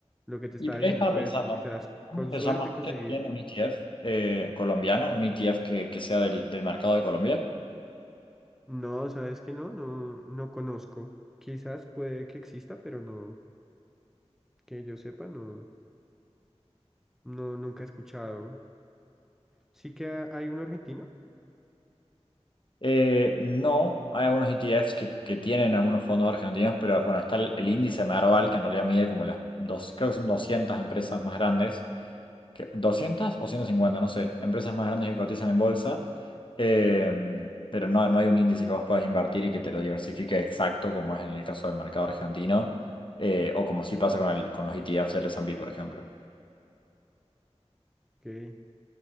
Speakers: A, in the centre; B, on the left.
A: lo que te estaba
B: Y por
A: diciendo,
B: ahí estaba
A: puedes
B: pensando,
A: quizás
B: ¿cómo
A: con
B: se
A: suerte
B: llama?
A: conseguir.
B: ¿Ustedes tienen un ETF eh, colombiano, un ETF que, que sea del, del mercado de Colombia?
A: No, sabes que no, no, no conozco. Quizás puede que exista, pero no, que yo sepa, no, no, nunca he escuchado. Sí que ha- hay un argentino.
B: Eh, no, hay algunos ETFs que, que tienen algunos fondos argentinos, pero bueno, está el, el índice Merval, que en realidad mide como las dos, creo que son 200 empresas más grandes. que- 200 o ciento cincuenta no sé, empresas más grandes que cotizan en bolsa, eh, pero no, no hay un índice que vos puedas invertir y que te lo diversifique exacto como es en el caso del mercado argentino, eh, o como sí pasa con, el- con los ETFs del S&P, por ejemplo.
A: Ok.